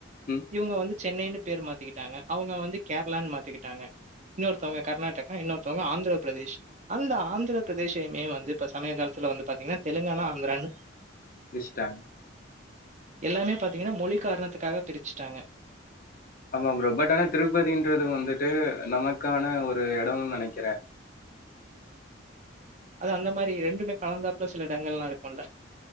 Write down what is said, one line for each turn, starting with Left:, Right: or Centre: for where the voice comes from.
Left: ம்
Right: இவங்க வந்து சென்னைன்னு பேரு மாத்திக்கிட்டாங்க அவங்க வந்து கேரளான்னு மாத்திக்கிட்டாங்க இன்னொருத்தவங்க கர்நாடகா இன்னொருத்தவங்க ஆந்திரப்பிரதேஷ் அந்த ஆந்திர பிரதேசையுமே வந்து இப்ப சமய காலத்துல வந்து பாத்தீங்கன்னா தெலுங்கானா ஆந்துரான்னு
Left: பிரிச்டாங்க
Right: எல்லாமே பாத்தீங்கன்னா மொழி காரணத்துக்காக பிரிச்சுட்டாங்க
Left: ஆமா ப்ரோ பட் ஆனா திருப்பதின்றது வந்துட்டு நமக்கான ஒரு எடொ நெனைக்குறே
Right: அது அந்த மாரி ரெண்டுமே கலந்தாப்புல சில எடங்கள்லா இருக்குல்ல